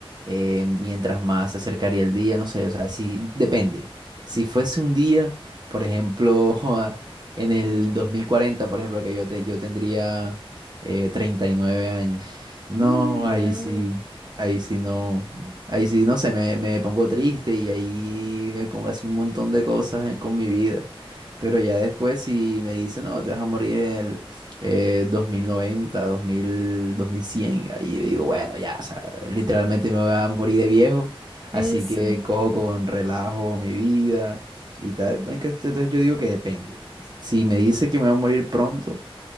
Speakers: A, on the right (about 45°); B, in the centre.
A: eh, mientras más se acercaría el día, no sé, o sea, sí, depende. Si fuese un día, por ejemplo, <laughs> joda, en el 2040, por ejemplo, que yo, te- yo tendría eh, 39 años. No,
B: Uy,
A: ahí
B: wow.
A: sí, ahí sí no, ahí sí no sé, me, me pongo triste y ahí me pongo a hacer un montón de cosas eh, con mi vida. Pero ya después si me dice, no, te vas a morir eh, 2090, 2000, 2100, ahí yo digo, bueno, ya, o sea, literalmente me voy a morir de viejo,
B: Eso,
A: así que cojo con relajo mi vida y tal. En que- Entonces yo digo que depende. Si me dice que me va a morir pronto,